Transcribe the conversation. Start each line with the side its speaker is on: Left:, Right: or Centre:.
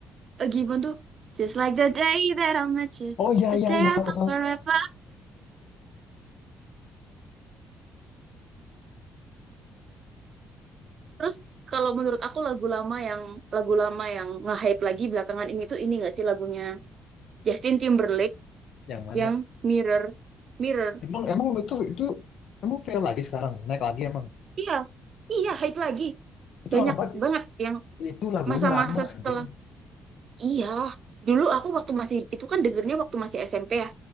Right: Eh, gimana tuh? Just like the day that I met you,
Left: Oh iya
Right: the
Left: iya
Right: day
Left: iya
Right: I
Left: tahu
Right: thought
Left: tahu.
Right: forever. Terus kalau menurut aku lagu lama yang lagu lama yang nge-hype lagi belakangan ini tuh ini gak sih lagunya Justin Timberlake
Left: yang mana
Right: yang Mirror, Mirror.
Left: Emang emang itu itu emang viral lagi sekarang naik lagi emang.
Right: Iya, iya hype lagi.
Left: Itu
Right: Banyak
Left: lama banget.
Right: banget yang
Left: Itu lagunya
Right: masa-masa
Left: lama anjir.
Right: setelah. Iya, dulu aku waktu masih itu kan dengernya waktu masih SMP ya.